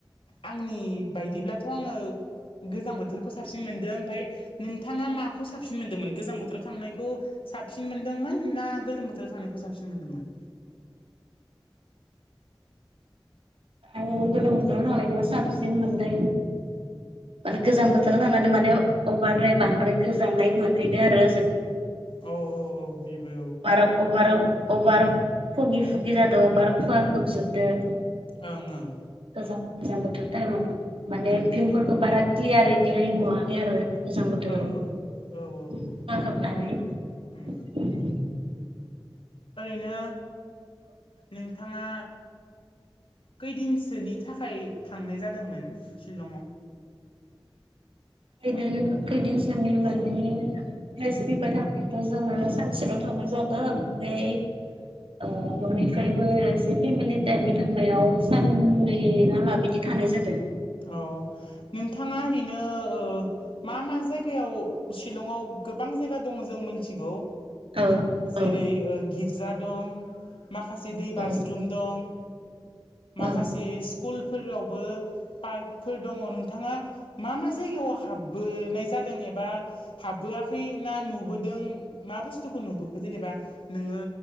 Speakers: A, on the left; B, on the right.
A: आंनि बायदिब्लाथ' आङो गोजां बोथोरखौ साबसिन मोनदों ओमफाय नोंथाङा माखौ साबसिन मोनदोंमोन गोजां बोथोराव थांनायखौ साबसिन मोन्दोंमोन ना गोलोम बोथोराव थांनायखौ साबसिन मोनदोंमोन?
B: गोलोम बोथोराव थांनायखौनो साबसिन मोनदों माने गोजां बोथोराव ज जानो माने अबारद्राय बांद्राय गोजांनाय मोनहैदो आरो जों
A: उम औ औ औ बेबो
B: अबार अबार अबार फुगि फुगि जादो अबार खुवा खोबजोबदों
A: ओं ओं
B: गोजां गोजां बोथोर टाइमाव माने
A: उम
B: भिउफोरखौ बारा क्लियारै बिहाय नुवाखै आरो। गोजां बोथोराव
A: औ औ औ
B: <unintelligible>
A: उम ओरैनो नोंथाङा खैदिनसोनि थाखाय थांनाय जादोंमोन शिलंआव
B: खैदिन खैदिनसोनि माने कलेज फैबाय थांनानैथ' जोङो सानसेल' थांनाय जादों ओमफ्राय ओ न'निफ्रायबो एसे फेमिलि टाइपनि थांनायाव साननै ना मा बियदि थानाय जादों
A: अ नोंथाङा ओरैनो ओ मा मा जायगायाव शिलंआव गोबां जायगा दङ जों मिथिगौ
B: औ
A: जेरै
B: औ
A: ओ गिर्जा दं माखासे दैबाज्रुम
B: औ
A: दं माखासे
B: औ
A: स्कुलफोरावबो पार्कफोर दङ नोंथाङा मा मा जायगायाव हाबबोनाय जादों एबा हाबबोआ खै ना नुबोदों मा बुस्थुखौ नुबोखो जेनेबा नोङो